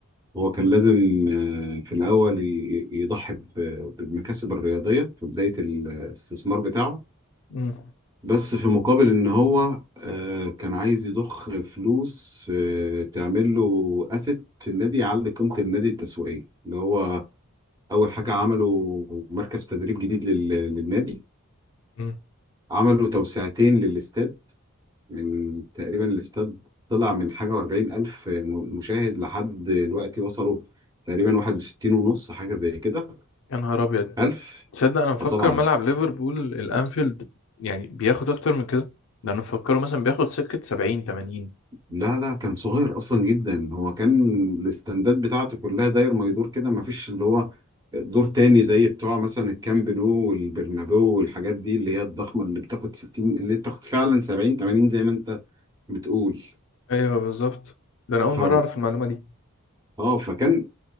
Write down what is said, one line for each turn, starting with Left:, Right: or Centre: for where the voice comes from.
Right: هو كان لازم آه، في الأول ي- يضحي ب- بالمكاسب الرياضية في بداية الاستثمار بتاعه
Left: مم.
Right: بس في مقابل إن هو آه، كان عايز يضخ فلوس آه، تعمل له أسيت في النادي يعلي قيمة النادي التسويقية اللي هو أول حاجة عمله مركز تدريب جديد لل- للنادي
Left: مم.
Right: عملوا توسعتين للاستاد من تقريبا الاستاد طلع من حاجة وأربعين ألف مشاهد لحد دلوقتي وصلوا تقريبا واحد وستين ونص حاجة زي كده
Left: يا نهار ابيض
Right: ألف
Left: تصدق انا مفكر
Right: اه طبعا
Left: ملعب ليفربول الانفيلد يعني بياخد اكتر من كده ده انا مفكره مثلا بياخد سكة 70 80
Right: لا لا كان صغير أصلا جدا هو كان الاستندات بتاعته كلها داير ما يدور كده ما فيش اللي هو دور تاني زي بتوع مثلا الكامب نو والبرنابيو والحاجات دي اللي هي الضخمة اللي بتاخد ستين اللي بتاخد فعلا سبعين تمانين زي ما أنت بتقول
Left: ايوه بالظبط ده انا اول
Right: ف...
Left: مره اعرف المعلومه دي
Right: اه فكان